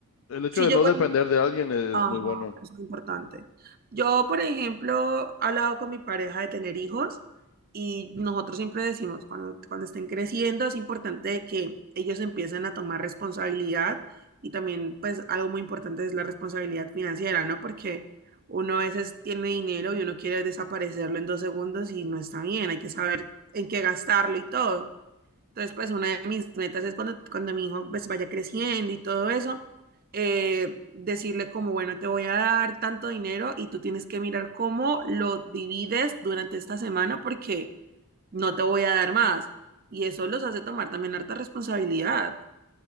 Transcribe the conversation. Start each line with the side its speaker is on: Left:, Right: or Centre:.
Left: el hecho
Right: si
Left: de
Right: yo
Left: no
Right: cuando
Left: depender de alguien es,
Right: Ajá,
Left: muy bueno.
Right: eso es importante. Yo, por ejemplo, he hablado con mi pareja de tener hijos y nosotros siempre decimos, cuando, cuando estén creciendo es importante que ellos empiecen a tomar responsabilidad y también, pues, algo muy importante es la responsabilidad financiera, ¿no? Porque uno a veces tiene dinero y uno quiere desaparecerlo en dos segundos y no está bien, hay que saber en qué gastarlo y todo. Entonces, pues una de mis metas es cuando, cuando mi hijo pues vaya creciendo y todo eso, eh, decirle como, bueno, te voy a dar tanto dinero y tú tienes que mirar cómo lo divides durante esta semana porque no te voy a dar más. Y eso los hace tomar también harta responsabilidad.